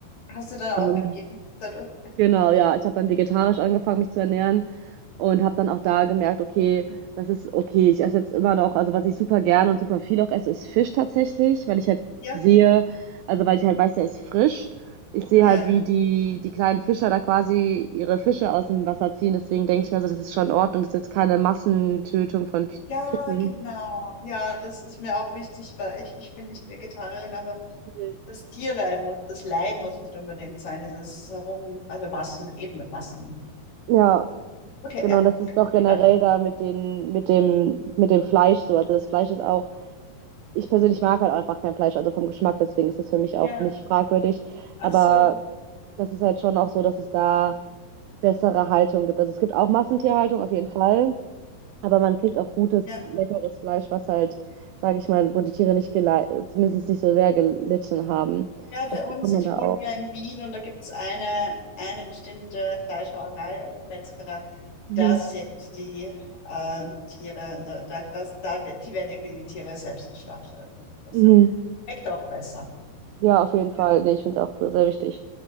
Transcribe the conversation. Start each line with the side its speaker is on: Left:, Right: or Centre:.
Left: Hast du dann
Right: Ähm,
Left: aufgegeben dadurch?
Right: Genau, ja. Ich habe dann vegetarisch angefangen, mich zu ernähren und habe dann auch da gemerkt, okay, das ist okay. Ich esse jetzt immer noch, also was ich super gerne und super viel auch esse, ist Fisch tatsächlich, weil ich halt
Left: Ja?
Right: sehe, also weil ich halt weiß, der ist frisch. Ich sehe
Left: Ja.
Right: halt, wie die, die kleinen Fischer da quasi ihre Fische aus dem Wasser ziehen. Deswegen denke ich mir so, das ist schon in Ordnung. Das ist jetzt keine Massentötung von F-
Left: Ja,
Right: Fischen.
Left: genau. Ja, das ist mir auch wichtig, weil ich, ich bin nicht Vegetarierin, aber
Right: Mhm.
Left: das Tierleid muss, das Leid muss nicht unbedingt sein, dieses Herum, also Massen, eben mit Massen.
Right: Ja,
Left: Okay,
Right: genau.
Left: ja.
Right: Und das ist auch generell
Left: Weiter.
Right: da mit den, mit dem, mit dem Fleisch so. Also das Fleisch ist auch ich persönlich mag halt einfach kein Fleisch, also vom Geschmack, deswegen ist das für mich auch
Left: Ja.
Right: nicht fragwürdig.
Left: Ach
Right: Aber
Left: so.
Right: das ist halt schon auch so, dass es da bessere Haltung gibt. Also es gibt auch Massentierhaltung auf jeden Fall, aber man kriegt auch gutes,
Left: Ja.
Right: leckeres Fleisch, was halt, sage ich mal, wo die Tiere nicht gelei, zumindest nicht so sehr gelitten haben.
Left: Ja, bei
Right: Das
Left: uns,
Right: bekommt
Left: ich
Right: man da
Left: wohne
Right: auch.
Left: ja in Wien und da gibt es eine, eine bestimmte Fleischerei oder Metzgerei.
Right: Mhm.
Left: Da setzt die ähm, Tiere, da, da, das, da, wird- die werden irgendwie die Tiere selbst geschlachtet. Das
Right: Mhm.
Left: schmeckt auch besser.
Right: Ja, auf jeden Fall.
Left: Ja.
Right: Nee, ich finde es auch sehr wichtig.